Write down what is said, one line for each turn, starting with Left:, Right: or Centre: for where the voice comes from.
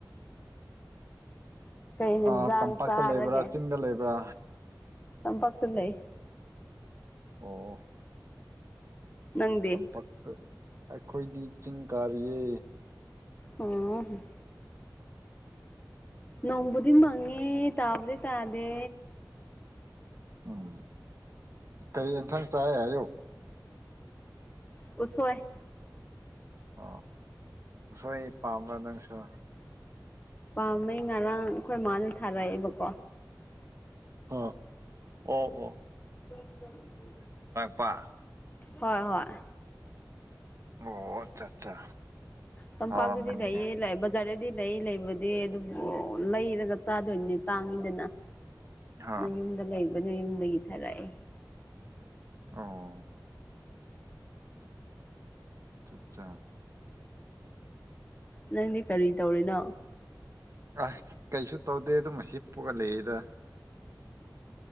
Left: ꯀꯩ ꯍꯦꯟꯖꯥꯡ
Right: ꯑ ꯇꯝꯄꯥꯛꯇ
Left: ꯆꯥꯔꯒꯦ
Right: ꯂꯩꯕ꯭ꯔꯥ ꯆꯤꯡꯗ ꯂꯩꯕ꯭ꯔꯥ
Left: ꯇꯝꯄꯥꯛꯇ ꯂꯩ
Right: ꯑꯣ
Left: ꯅꯪꯗꯤ
Right: ꯇꯝꯄꯥꯛꯛ ꯑꯩꯈꯣꯏꯗꯤ ꯆꯤꯡ ꯀꯥꯔꯤꯌꯦ
Left: ꯎꯝ ꯅꯣꯡꯕꯨꯗꯤ ꯃꯪꯉꯦ ꯇꯥꯕꯨꯗꯤ ꯇꯥꯗꯦ
Right: ꯎꯝ ꯀꯩ ꯏꯟꯁꯥꯡ ꯆꯥꯢ ꯑꯌꯨꯛ
Left: ꯎꯁꯣꯢ
Right: ꯑꯣ ꯎꯁꯣꯏ ꯄꯥꯝꯕ꯭ꯔꯥ ꯅꯪꯁꯨ
Left: ꯄꯥꯝꯃꯦ ꯉꯔꯥꯡ ꯑꯩꯈꯣꯏ ꯃꯥꯅ ꯊꯥꯔꯛꯑꯦꯕꯀꯣ
Right: ꯑ ꯑꯣ ꯑꯣ
Left: <inaudible>
Right: ꯄ <inaudible>
Left: ꯍꯣꯏ ꯍꯣꯏ
Right: ꯑꯣ ꯑꯆꯥ ꯑꯠꯆꯥ
Left: ꯇꯝꯄꯛꯇꯗꯤ
Right: ꯍꯥꯎꯔꯝꯒꯅꯤꯅꯦ
Left: ꯂꯩꯌꯦ ꯒꯥꯔꯤꯗꯤ ꯂꯩ ꯂꯩꯕꯗꯤ ꯑꯗꯨꯕꯨ ꯂꯩꯔꯒ ꯆꯥꯗꯣꯏꯅꯦ ꯇꯥꯡꯉꯤꯗꯅ
Right: ꯍꯥ
Left: ꯌꯨꯝꯗ ꯂꯩꯕꯅ ꯌꯨꯝꯗꯒꯤ ꯊꯥꯔꯛꯑꯦ
Right: ꯑꯣ ꯑ ꯑꯠ ꯆꯥꯠ ꯆꯥ
Left: ꯅꯪꯗꯤ ꯀꯔꯤ ꯇꯧꯔꯤꯅꯣ
Right: ꯑꯁ ꯀꯩꯁꯨ ꯇꯧꯗꯦ ꯑꯗꯨꯝ ꯍꯤꯞꯄꯨꯒ ꯂꯩꯌꯦꯗ